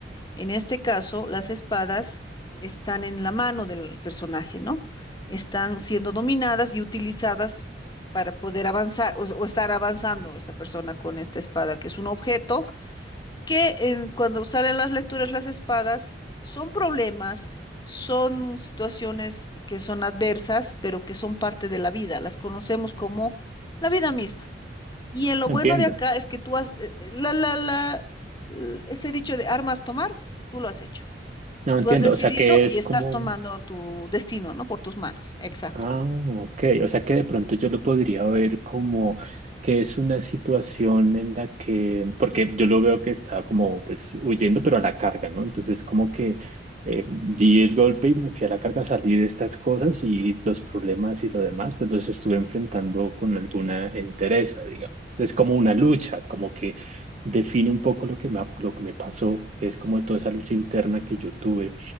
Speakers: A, on the left (about 25°); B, on the right (about 40°).
A: En este caso, las espadas están en la mano del personaje, ¿no? Están siendo dominadas y utilizadas para poder avanzar o o estar avanzando esta persona con esta espada, que es un objeto que en- cuando salen las lecturas, las espadas, son problemas, son situaciones que son adversas, pero que son parte de la vida, las conocemos como la vida misma. Y en lo
B: no
A: bueno
B: entiendo,
A: de acá es que tú has, eh, eh, la, la, la, l- ese dicho de armas tomar, tú lo has hecho.
B: no entiendo.
A: Tú has decidido
B: O sea, que
A: y
B: es
A: estás
B: como
A: tomando tu destino, ¿no? Por tus manos. Exacto.
B: Ah, ok. O sea que de pronto yo lo podría ver como que es una situación en la que, porque yo lo veo que está como pues huyendo, pero a la carga, ¿no? Entonces como que eh, di el golpe y me fui a la carga, salí de estas cosas y los problemas y lo demás, pues los estuve enfrentando con alguna entereza, digamos. Es como una lucha, como que define un poco lo que me, ha- lo que me pasó, que es como toda esa lucha interna que yo tuve